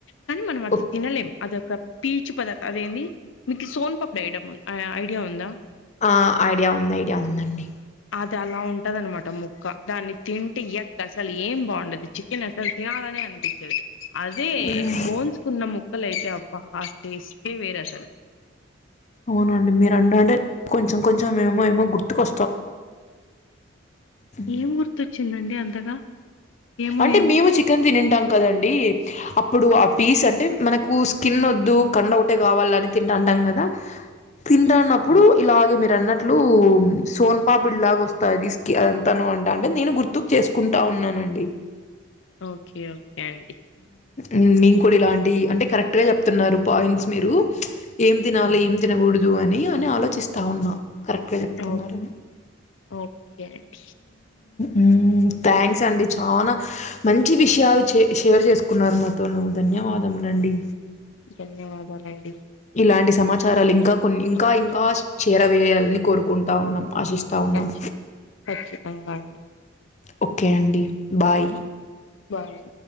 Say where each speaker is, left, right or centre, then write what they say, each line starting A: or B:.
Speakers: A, on the left; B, on the left.
A: కానీ మనం అది
B: ఓ-
A: తినలేం అదన్తా పీచు పదార్థ అదేంది మీకు సోన్పప్పుడి ఐడ్ ఐడియా ఉందా
B: ఆ ఐడియా ఉంది ఐడియా ఉందండి
A: ఆలా ఉంటది అనమాట ముక్క దాన్ని తింటే యాక్ అసలు ఏం బాగుండదు చికెన్ అసలు తినాలనే అనిపించ్ అనిపించదు అదే
B: హ్మ్.
A: బోన్స్ కున్న ముక్ క్కలయితే అబ్బా ఆ టెస్ట్ ఏ వేర్ అసలు
B: అవునండి మీరంటంటే కొంచెం కొంచెం ఏమో ఏమో గుర్తుకొస్తా హ్మ్.
A: ఏం గుర్తొచ్చిందండి అంతగా ఏమో
B: అంటే
A: ఏమో
B: మేము చికెన్ తినిన్ టాం కదండి అప్పుడు ఆ పీస్ అంటే మనకు స్కిన్ వద్దు కండ ఒకటే కావాల అని తింటా టాంటం కదా తింటన్నప్పుడు
A: హ్మ్.
B: ఇలాగే మీరు అన్నట్టు ట్లు సోన్పాపిడి లాగా వస్తది స్కిన్ అంతను అంట అంటే నేను గుర్తుకు చేసుకుంటా ఉన్నానండి
A: ఓకే ఓకే అండి
B: ఉమ్ మేం కూడా ఇలాంటి అంటే కరెక్ట్గా చెప్తున్నారు పాయింట్స్ మీరు ఉచ్ ఏం తినాలి
A: అవును
B: ఏం తినకూడదు దు అని అని ఆలోచిస్తావున్నా కరెక్ట్గా చెప్తున్నారని
A: ఓ ఓకే అండి
B: ఉమ్ థ్యాంక్స్ అండి చానా మంచి విషయాలు చే షేర్ చేసుకున్నారు నాతోను ధన్యవాదములండి
A: ధన్యవాదాలండి
B: ఇలాంటి సమాచారాలు ఇంకా కొన్ని ఇంకా ఇంకా చేరవేయాలని కోరుకుంటా ఉన్నాం ఆశిస్తా ఉన్నాం
A: ఖచ్చి ఖచ్చితంగా అండి
B: ఓకే అండి బాయ్
A: బాయ్